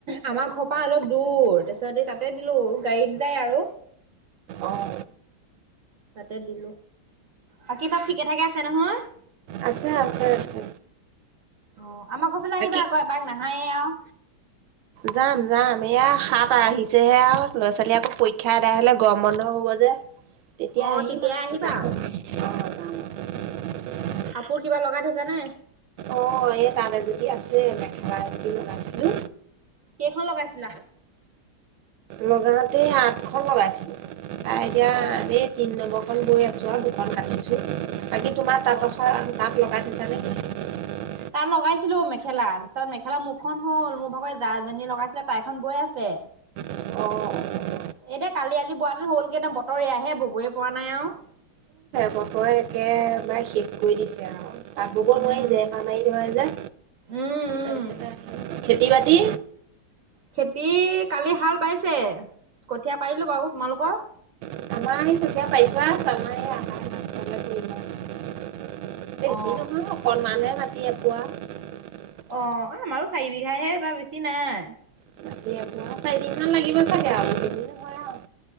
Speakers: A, on the right (about 65°); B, on the right (about 80°).
A: আমাৰ ঘৰৰ পৰা অলপ দূৰ তাৰপিছত ই তাতে দিলো গাড়ীত যায় আৰু
B: অঁ অঁ
A: তাতে দিলো। বাকী চব ঠিকে থাকে আছে নহয়?
B: আছে আছে আছে।
A: অ' আমৰ ঘৰৰ ফালে আহিব
B: বাকী
A: আকৌ এপাক, না নইয়ে আৰু
B: যাম যাম এয়া সাপাই আহিছেহে আৰু, ল'ৰা ছোৱালী আকৌ পৰীক্ষা এদায় হলে গৰম বন্ধ হব যে। তেতিয়া
A: অ
B: আহিম
A: তেতিয়াই
B: আৰু
A: আহিবা
B: অ' ক <unintelligible>
A: কাপোৰ কিবা লগাই থৈছে নে?
B: অ এই তাত এযপি আছেই, মেখেলা এযোৰ লগাইছিলো।
A: কেইখন লগাইছিলা?
B: লগালগি আঠশ বনাইছিলো। এতিয়া
A: অ
B: আজি তিনি নম্বৰ <unintelligible> আৰু দুখন কাতিছো। বাকী তোমাৰ তাত
A: অ
B: <unintelligible> তাত লগাই <unintelligible> <unintelligible>
A: তাত লগাইছিলো মেখেলা, তাৰপিছত মেখেলা মুখন হল, মোৰ ভাগৰ এ জা এজনীয়ে লগাইছিলে তাইখন বৈ আছে।
B: অ'।
A: এইদে কালি আজি বৰা হেতেন হ'লগে হেতেন, বতৰ এয়াহে ববই পৰা নাই আৰু।
B: বতৰে একেবাৰে শেষ কৰি দিছে আৰু। তাত ব'ব
A: উম।
B: নোৱাৰি <unintelligible> মাৰি ধৰে যে,
A: উম উম
B: তাৰপিছতে খেতি বাতি
A: খেতি কালি হাল বাইছে, কঠীয়া পাৰিলো বাৰু। তোমালোকৰ?
B: আমাৰ এই কঠীয়া পাৰি থোৱা আছে, আমাৰ। <unintelligible> বেছি
A: অ
B: নহয়, অকণমানহে মা <unintelligible>
A: অ', আমাৰো চাৰি বিঘাহে এইবাৰ, বেছি নাই।
B: <unintelligible> চাৰিদিনমান লাগিব চাগে আৰু <unintelligible> হয় আৰু।